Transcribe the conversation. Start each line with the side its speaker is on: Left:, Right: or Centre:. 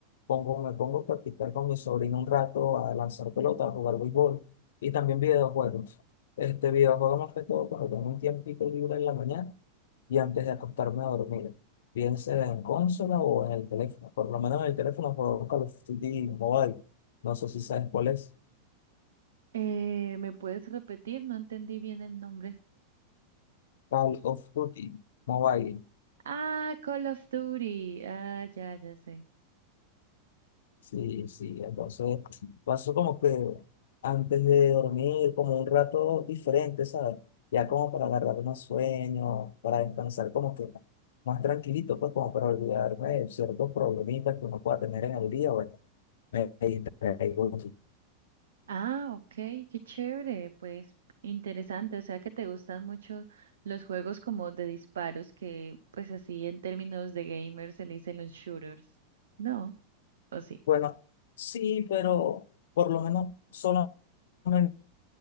Left: pongo, me pongo a practicar con mi sobrino un rato, a lanzar pelota, a jugar béisbol y también videojuegos. Este videojuego más que todo cuando tengo un tiempito libre en la mañana y antes de acostarme a dormir, bien sea en consola o en el teléfono. Por lo menos en el teléfono juego Call of Duty Mobile. No sé si sabes cuál es.
Right: Eh, ¿me puedes repetir? No entendí bien el nombre.
Left: Call of Duty Mobile.
Right: Ah, Call of Duty. Ah, ya, ya sé.
Left: Sí, sí. Entonces paso como que antes de dormir, como un rato diferente, ¿sabes? Ya como para agarrar unos sueños, para descansar como que más tranquilito, pues como para olvidarme de ciertos problemitas que uno pueda tener en el día. Bueno, me distraigo.
Right: Ah, ok, qué chévere. Pues interesante. O sea que te gustan mucho los juegos como de disparos, que pues así en términos de gamers se le dicen los shooters. ¿No? ¿O sí?
Left: Bueno, sí, pero por lo menos solamente